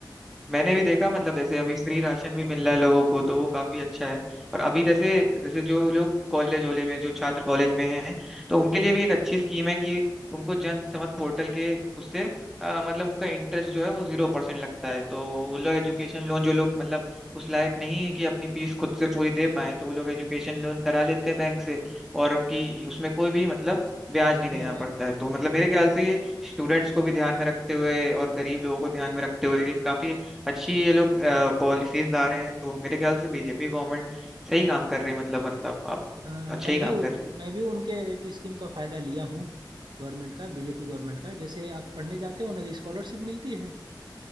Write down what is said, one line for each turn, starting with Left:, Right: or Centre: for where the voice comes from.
Centre: मैंने भी देखा मतलब जैसे अभी फ्री राशन भी मिल रहा है लोगों को तो वो काफी अच्छा है और अभी जैसे जैसे जो लोग कॉलेज वॉलेज में जो छात्र कॉलेज में हैं तो उनके
Right: जी
Centre: लिए भी
Right: जी
Centre: एक अच्छी स्कीम है कि उनको जन समत पोर्टल के उससे अ, मतलब उनका इंटरेस्ट जो है वो जीरो परसेंट लगता है तो वो लोग एजुकेशन लोन जो लोग मतलब उस लायक नहीं है कि अपनी फीस खुद से पूरी दे पाए तो वो लोग एजुकेशन लोन करा लेते हैं बैंक से और उनकी उसमें कोई भी मतलब ब्याज नहीं देना
Right: हाँ हाँ
Centre: पड़ता है तो मतलब मेरे ख्याल से ये स्टूडेंट्स को भी ध्यान में रखते हुए और गरीब लोगों को ध्यान में रखते हुए ये काफी अच्छी ये लोग पॉलिसीज ला रहे हैं तो मेरे ख्याल से बीजेपी गवर्नमेंट सही काम कर रही है मतलब मतलब आप
Right: हाँ,
Centre: अच्छा
Right: मैं
Centre: ही
Right: भी
Centre: काम कर रही है
Right: मैं भी उनके एक स्कीम का फायदा लिया हूँ गवर्नमेंट का बीजेपी गवर्नमेंट का जैसे आप पढ़ने जाते हो ना स्कॉलरशिप मिलती है